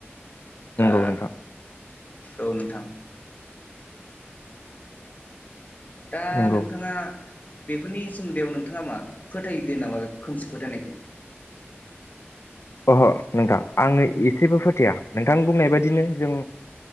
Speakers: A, on the left; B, on the left.
A: नंगौ
B: दा
A: नोंथां
B: औ नोंथां दा
A: नंगौ
B: नोंथाङा बेफोरनि सोमोन्दैआव नोंथाङा मा फोथायदो नामा बे खोमसि फोथायनायखौ
A: अहो नोंथां आङो एसेबो फोथाया नोंथां बुंनाय बायदिनो जों